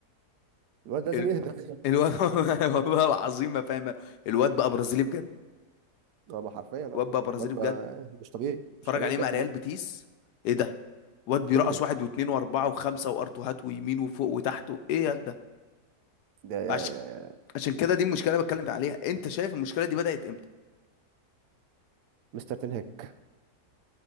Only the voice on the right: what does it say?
الواد لازم
يهدى <laughs>
اه ما حرفيا اه
واد
بقى مش طبيعي
مش طبيعي
بجد
مجرم
مجرم
ده
مستر تنهج